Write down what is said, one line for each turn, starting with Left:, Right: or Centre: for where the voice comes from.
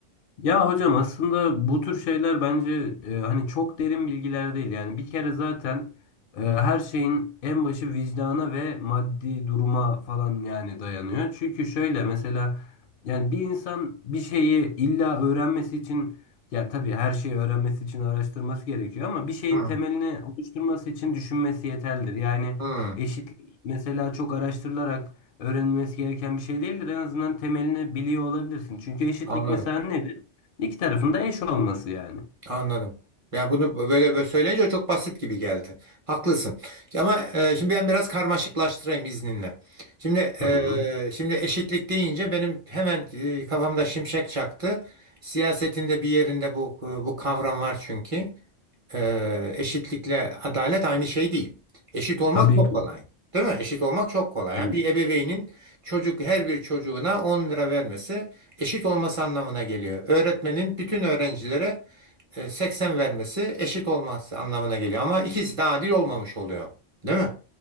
Left: Ya hocam aslında bu tür şeyler bence e, hani çok derin bilgiler değil. Yani bir kere zaten e, her şeyin en başı vicdana ve maddi duruma falan yani dayanıyor. Çünkü şöyle mesela yani bir insan bir şeyi illa öğrenmesi için ya tabii her şeyi öğrenmesi için araştırması gerekiyor ama bir şeyin
Right: Hmm.
Left: temelini oluşturması için düşünmesi yeterlidir. Yani
Right: Hmm,
Left: eşitlik mesela çok araştırılarak öğrenilmesi gereken bir şey değildir. En azından temelini biliyor olabilirsin. Çünkü eşitlik
Right: anladım.
Left: mesela ne? İki tarafında eş olması yani.
Right: Anladım. Yani bunu böyle, böyle söyleyince çok basit gibi geldi. Haklısın. Ama e, şimdi ben biraz karmaşıklaştırayım izninle. Şimdi
Left: Tamam.
Right: e, şimdi eşitlik deyince benim hemen e, kafamda şimşek çaktı. Siyasetinde bir yerinde bu e, bu kavram var çünkü. E, eşitlikle adalet aynı şey değil. Eşit olmak
Left: Tabii
Right: çok
Left: ki.
Right: kolay. Değil mi? Eşit olmak çok kolay.
Left: Tabii
Right: Yani bir
Left: ki.
Right: ebeveynin çocuk her bir çocuğuna 10 lira vermesi eşit olması anlamına geliyor. Öğretmenin bütün öğrencilere e, 80 vermesi eşit olmaz anlamına geliyor. Ama ikisi de adil olmamış oluyor. Değil mi?